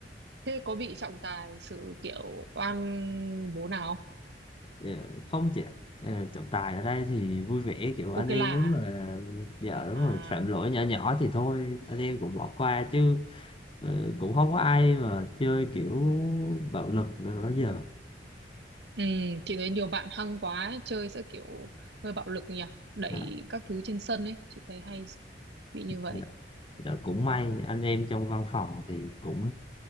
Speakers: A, on the right; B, on the left.
A: Thế có bị trọng tài xử kiểu oan bố nào không?
B: Ờ, không chị ờ, trọng tài ở đây thì vui vẻ kiểu anh
A: Ok
B: em
A: là
B: nếu mà
A: à?
B: vợ nếu
A: À,
B: mà phạm lỗi nhỏ nhỏ thì thôi anh em cũng bỏ qua chứ ờ, cũng không có ai mà chơi kiểu bạo lực nữa đó giờ
A: ừ, chị thấy nhiều bạn hăng quá ấy, chơi sẽ kiểu hơi bạo lực nhỉ, đẩy
B: dạ,
A: các thứ trên sân ấy, chị thấy hay bị như vậy.
B: dạ. Dạ, cũng may anh em trong văn phòng thì cũng